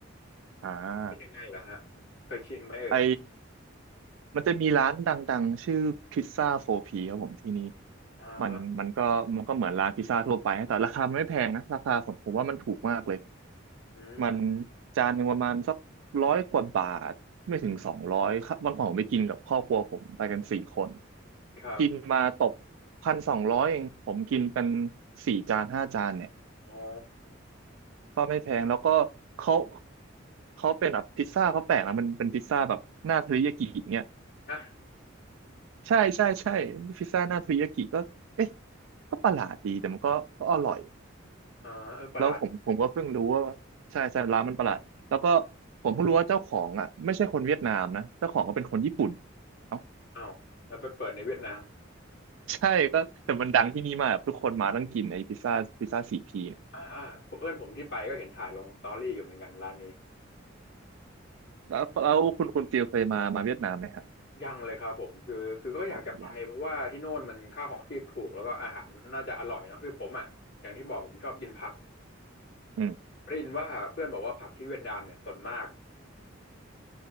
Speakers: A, on the right (about 85°); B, on the left (about 60°).
A: อ่า
B: เป็นยังไงล่ะฮะเคยชิมไหมเอ่ย
A: ไอมันจะมีร้านดังๆชื่อพิซซ่าโฟพีครับผมที่นี่
B: อ่า
A: มันมันก็มันก็เหมือนร้านพิซซ่าทั่วไปนะแต่ราคามันไม่แพงนะราคาผมผมว่ามันถูกมากเลย
B: อืม
A: มันจานหนึ่งประมาณสักร้อยกว่าบาทไม่ถึงสองร้อยวันก่อนผมไปกินกับครอบครัวผมไปกันสี่คน
B: ครับ
A: กินมาตกพันสองร้อยเองผมกินเป็นสี่จานห้าจานเนี่ย
B: อ๋อ
A: ก็ไม่แพงแล้วก็เขาเขาเป็นแบบพิซซ่าเขาแปลกนะมันเป็นพิซซ่าแบบหน้าเทริยากิเนี่ย
B: ฮะ
A: ใช่ใช่ใช่พิซซ่าหน้าเทริยากิก็เอ๊ะก็ประหลาดดีแต่มันก็ก็อร่อย
B: อ่าเออประหลาด
A: แล้วผมผมก็เพิ่งรู้ว่าใช่ใช่ร้านมันประหลาดแล้วก็ผมเพิ่งรู้ว่าเจ้าของอ่ะไม่ใช่คนเวียดนามนะเจ้าของก็เป็นคนญี่ปุ่นเอ้า
B: อ้าวแล้วไปเปิดในเวียดนาม
A: ใช่ก็แต่มันดังที่นี่มากทุกคนมาต้องกินไอ้พิซซ่าพิซซ่าสี่พีเนี่ย
B: อ่าอ่าเพื่อนผมที่ไปก็เห็นถ่ายลงสตอรี่อยู่เหมือนกันร้านนี้
A: แล้วแล้วคุณคุณฟิลเคยมามาเวียดนามไหมฮะ
B: ยังเลยครับผมคือคือก็อยากจะไปเพราะว่าที่โน่นมันค่าของชีพถูกแล้วก็อาหารน่าจะอร่อยเนอะคือผมอ่ะอย่างที่บอกผมชอบกินผัก
A: อ๋ออย่างอืม
B: ได้ยินว่าเพื่อนบอกว่าผักที่เวียดนามเนี่ยสดมาก